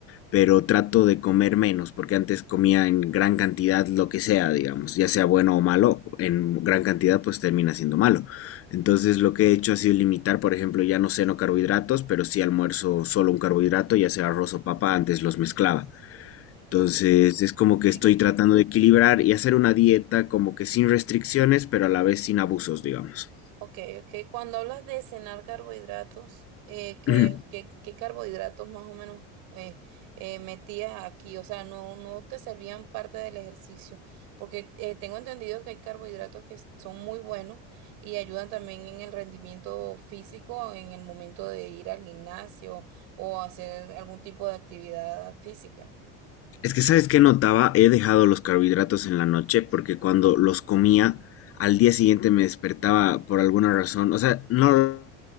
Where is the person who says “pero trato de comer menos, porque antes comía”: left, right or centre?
Left